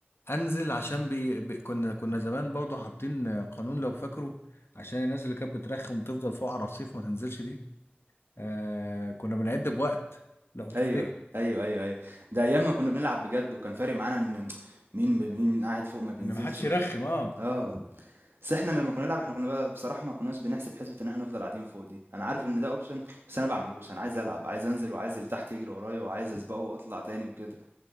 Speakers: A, on the left; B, on the right.
A: انزل عشان بي... بي... كنا كنا زمان برضه حاطين قانون لو فاكره عشان الناس اللي كانت بترخم وتفضل فوق على الرصيف ما تنزلش دي آه كنا بنعد بوقت لو تفتكر
B: ايوه ايوه ايوه ايوه ده ايام ما كنا بنلعب بجد وكان فارق معانا ان مين ب- مين قاعد فوق ما بينزلش
A: ان ما حدش
B: ومين
A: يرخم اه
B: اه بس احنا لما كنا نلعب احنا كنا بقى بصراحة ما كناش بنحسب حسبة ان احنا نفضل قاعدين فوق دي انا عارف ان ده اوبشن بس انا بعملوش انا عايز العب عايز انزل وعايز اللي تحت يجري ورايا وعايز اسبقه واطلع تاني وكده